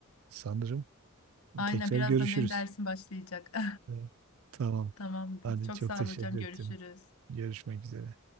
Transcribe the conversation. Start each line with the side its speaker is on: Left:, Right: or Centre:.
Right: sanırım.
Left: Aynen
Right: Tekrar
Left: birazdan
Right: görüşürüz.
Left: benim dersim başlayacak. <laughs>
Right: Evet. Tamam.
Left: Tamamdır.
Right: Hadi
Left: Çok
Right: çok
Left: sağ
Right: teşekkür
Left: ol hocam. Görüşürüz.
Right: ettim. Görüşmek üzere.